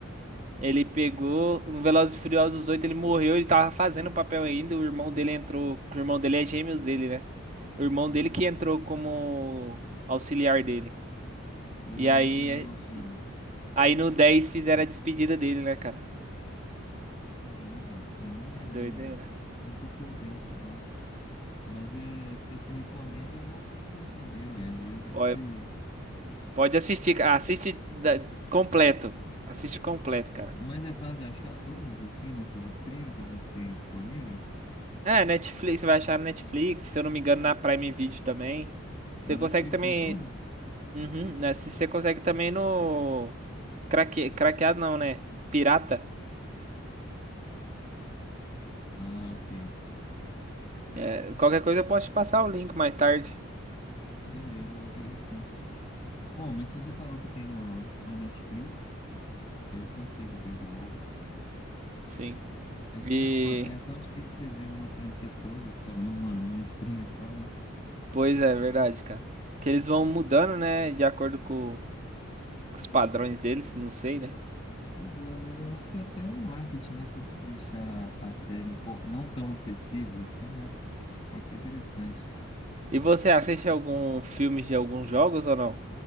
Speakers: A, on the right (about 35°); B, on the left (about 25°).
A: Ele pegou no Velozes e Furiosos 8, ele morreu, ele tava fazendo o papel ainda, o irmão dele entrou, o irmão dele é gêmeos dele, né? O irmão
B: Não.
A: dele que entrou como auxiliar dele.
B: E
A: E
B: aí
A: aí,
B: ele terminou o filme.
A: aí no 10 fizeram a despedida dele, né, cara?
B: Caramba, eu não,
A: É Doideira.
B: não, não tô por dentro, não. Mas é, se você recomenda, eu vou procurar saber, ué. Às vezes deve
A: Pode,
B: ser.
A: pode assistir, cara. assiste da- completo. Assiste completo, cara.
B: Mas é fácil de achar todos, assim, nesses streams que a gente tem disponível?
A: É, Netflix, você vai achar na Netflix, se eu não me engano, na Prime Video também. Você
B: Na Netflix
A: consegue também
B: tem tudo?
A: Uhum, né? Se você consegue também no. Craque... Craqueado não, né? Pirata.
B: Ah, ok.
A: É, qualquer coisa eu posso te passar o link mais tarde.
B: Beleza, eu vou querer sim. Bom, mas se você falou que tem no, no Netflix, eu consigo ver de boas.
A: Sim.
B: É tão,
A: E.
B: fa- é tão difícil você ver uma franquia toda só numa, num stream só, né?
A: Pois é, verdade, cara. Que eles vão mudando, né? De acordo com, com os padrões deles, não sei, né?
B: Pois é, mas eu acho que até o marketing, né? Se deixar a série um pouco não tão acessível assim, né? Pode ser interessante.
A: E você assiste algum filme de alguns jogos ou não?